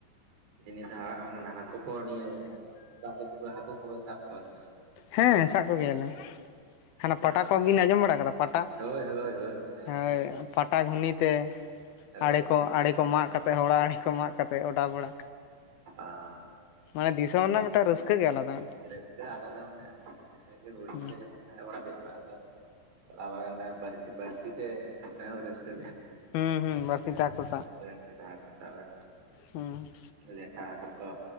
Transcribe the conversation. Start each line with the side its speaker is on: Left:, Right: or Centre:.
Right: ᱡᱤᱱᱤ ᱛᱮᱦᱚᱸ ᱟᱢ ᱚᱱᱟ ᱦᱟᱠᱩ ᱠᱚ ᱱᱤᱭᱟᱹ ᱫᱟᱜ ᱡᱟᱹᱯᱩᱫ ᱦᱟᱠᱩ ᱠᱚ ᱵᱮᱱ ᱥᱟᱵ ᱠᱚᱣᱟ ᱥᱮ ᱵᱟᱝ,
Left: ᱦᱮᱸ ᱥᱟᱵ ᱠᱚᱜᱮᱭᱟᱞᱮ ᱦᱟᱱᱟ
Right: ᱵᱟᱝ
Left: ᱯᱟᱴᱟ ᱠᱚᱵᱤᱱ ᱟᱸᱡᱚᱢ ᱵᱟᱲᱟ ᱠᱟᱫᱟ ᱯᱟᱴᱟ,
Right: ᱦᱳᱭ ᱦᱳᱭ ᱦᱮᱸ
Left: ᱦᱳᱭ ᱯᱟᱴᱟ ᱜᱷᱩᱱᱤ ᱛᱮ
Right: ᱦᱳᱭ
Left: ᱟᱲᱮ ᱠᱚ
Right: ᱜᱷᱩᱱᱤ
Left: ᱟᱲᱮ
Right: ᱠᱚᱛᱮ
Left: ᱠᱚ ᱢᱟᱜ ᱠᱟᱛᱮᱫ ᱦᱚᱲᱟᱜ ᱟᱲᱮ ᱠᱚ ᱢᱟᱜ ᱠᱟᱛᱮᱫ ᱚᱰᱟ ᱵᱟᱲᱟ
Right: ᱟᱫᱚ
Left: ᱢᱟᱱᱮ ᱫᱤᱥᱚᱢ ᱨᱮᱱᱟᱜ ᱢᱤᱫᱴᱟᱝ ᱨᱟᱹᱥᱠᱟᱹ ᱜᱮ ᱟᱞᱟᱫᱟ ᱢᱤᱫᱴᱟᱝ
Right: ᱨᱟᱹᱥᱠᱟᱹ ᱟᱞᱟᱫᱟ ᱢᱟᱱᱮ <unintelligible>
Left: ᱦᱩᱸ
Right: ᱛᱟᱦᱮᱸ ᱵᱟᱲᱟ ᱦᱩᱭᱠᱚᱜ-ᱟ ᱫᱚ ᱪᱟᱞᱟᱣ ᱵᱟᱲᱟ ᱱᱮ ᱵᱟᱹᱨᱥᱤ ᱵᱟᱹᱨᱥᱤ ᱛᱮ ᱮᱱᱟ ᱦᱚᱸ ᱨᱟᱹᱥᱠᱟᱹ
Left: ᱦᱩᱸ ᱦᱩᱸ ᱵᱟᱹᱲᱥᱤᱛᱮ ᱦᱟᱹᱠᱩ
Right: <unintelligible>
Left: ᱥᱟᱵ ᱦᱩᱸ
Right: ᱞᱮᱴᱷᱟ ᱦᱟᱠᱩ ᱛᱚ